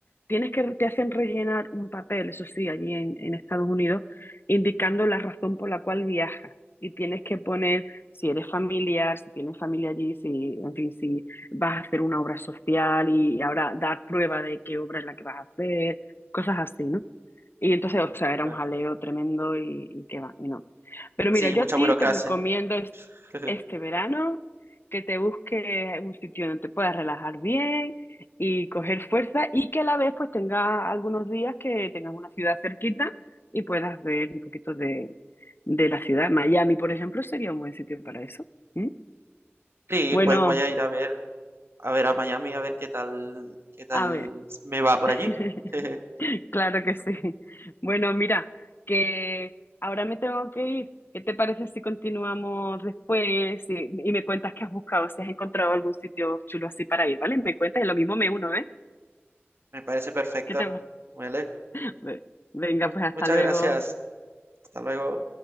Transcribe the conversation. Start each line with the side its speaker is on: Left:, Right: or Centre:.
Left: tienes que, te hacen rellenar un papel, eso sí, allí en, en Estados Unidos, indicando la razón por la cual viajas. Y tienes que poner si eres familiar, si tienes familia allí, si, en fin, si vas a hacer una obra social y ahora dar prueba de qué obra es la que vas a hacer, cosas así, ¿no? Y entonces, o sea, era un
Right: eh.
Left: jaleo tremendo y, y que va, y no. Pero
Right: Sí,
Left: mira, yo
Right: mucha
Left: a ti
Right: burocracia.
Left: te recomiendo
Right: <laughs>
Left: este verano, que te busques un sitio donde te puedas relajar bien y coger fuerza y que a la vez pues tengas algunos días que tengas una ciudad cerquita y puedas ver un poquito de, de la ciudad. Miami, por ejemplo, sería un buen sitio para eso. ¿Mm?
Right: Sí,
Left: Bueno,
Right: pues voy a ir a ver, a ver a Miami, a ver qué tal, qué tal
Left: a ver.
Right: me va por
Left: <laughs>
Right: allí. <laughs>
Left: Claro que sí. Bueno, mira, que ahora me tengo que ir. ¿Qué te parece si continuamos después y, y me cuentas qué has buscado, si has encontrado algún sitio chulo así para ir, ¿vale? Me cuentas y lo mismo me uno, ¿eh?
Right: Me parece perfecto.
Left: ¿Qué te...
Right: Vale.
Left: <laughs> Venga,
Right: Mu-
Left: pues hasta
Right: muchas
Left: luego.
Right: gracias. Hasta luego.